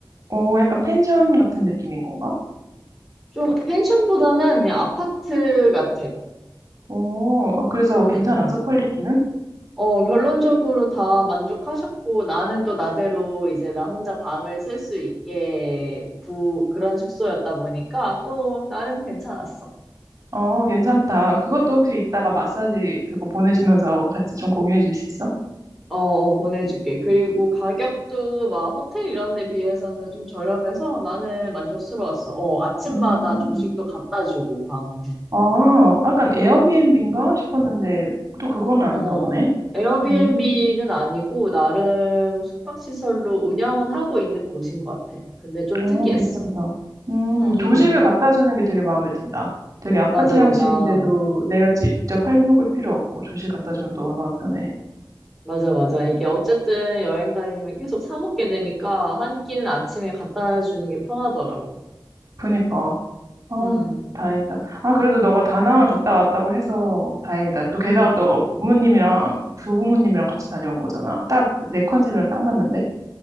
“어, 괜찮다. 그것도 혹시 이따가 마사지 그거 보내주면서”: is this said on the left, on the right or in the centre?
Right